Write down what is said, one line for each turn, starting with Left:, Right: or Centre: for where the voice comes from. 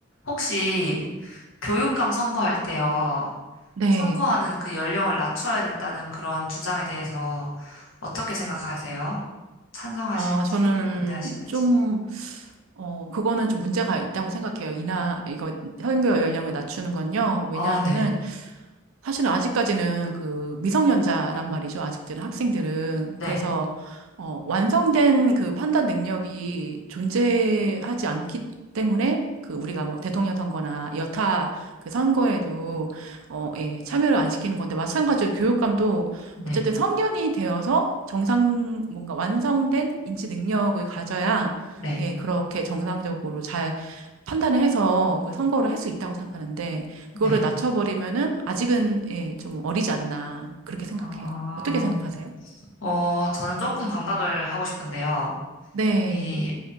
Left: 혹시 교육감 선거할 때요,
Right: 네.
Left: 선거하는 그 연령을 낮춰야 된다는 그런 주장에 대해서 어떻게 생각하세요? 찬성하시는지
Right: 아, 저는
Left: 반대하시는지?
Right: 좀, 어, 그거는 좀 문제가 있다고 생각해요. 이나, 이거, 선거 연령을 낮추는 건요. 왜냐하면은,
Left: 아, 네.
Right: 사실은 아직까지는 그 미성년자란 말이죠. 아직들은 학생들은.
Left: 네.
Right: 그래서, 어, 완성된 그 판단 능력이 존재하지 않기 때문에 그 우리가 뭐 대통령 선거나 여타 그 선거에도, 어, 예, 참여를 안 시키는 건데 마찬가지로 교육감도
Left: 네.
Right: 어쨌든 성년이 되어서 정상, 뭔가 완성된 인지 능력을 가져야,
Left: 네.
Right: 예, 그렇게 정상적으로 잘 판단을 해서 그 선거를 할 수 있다고 생각하는데 그거를
Left: 네.
Right: 낮춰버리면은 아직은 예, 좀 어리지 않나 그렇게 생각해요.
Left: 아,
Right: 어떻게 생각하세요?
Left: 어, 저는 조금 반박을 하고 싶은데요.
Right: 네,
Left: 이